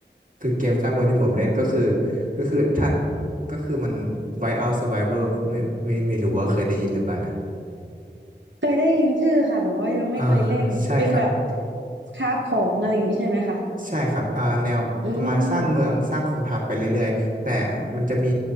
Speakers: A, on the right (about 45°); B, on the right (about 80°).
A: คือเกมสร้างเมืองที่ผมเล่นก็คือก็คือถ้าก็คือมัน Whiteout Survivor ไม่ไม่ไม่รู้ว่าเคยได้ยินหรือเปล่านะ
B: <laughs> เคยได้ยินชื่อค่ะแต่ว่ายังไม่เคยเล่นเป็นแบบ
A: อ่าใช่ครับ
B: คราฟของอะไรอย่างนี้ใช่ไหมคะ
A: ใช่ครับอ่าแนวประมาณสร้างเมืองสร้างกองทัพไปเรื่อยๆ
B: อืม
A: แต่มันจะมี